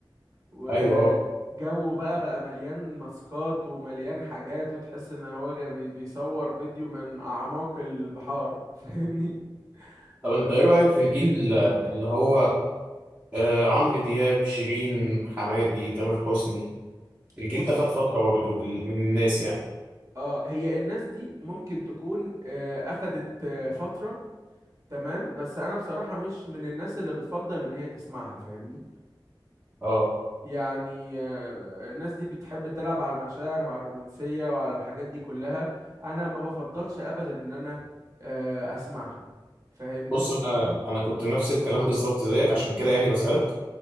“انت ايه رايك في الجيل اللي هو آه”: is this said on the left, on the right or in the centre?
Right